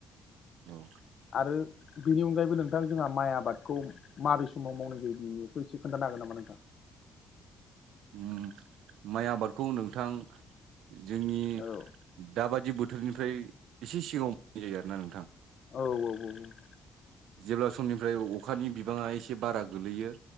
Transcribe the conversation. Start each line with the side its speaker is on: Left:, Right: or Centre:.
Right: औ।
Left: आरो बेनि अनगायैबो नोंथां जोंहा माइ आबादखौ माबे समाव मावनाय जायो बेखौ एसे खोन्थानो हागोन नामा नोंथां?
Right: उम माइ आबादखौ नोंथां जोंनि
Left: औ
Right: दाबादि बोथोरनिफ्राय एसे सिगाङाव मोननाय जायो आरोना नोंथां।
Left: औ औ औ।
Right: जेब्ला समनिफ्राय अखानि बिबाङा एसे बारा गोगलैयो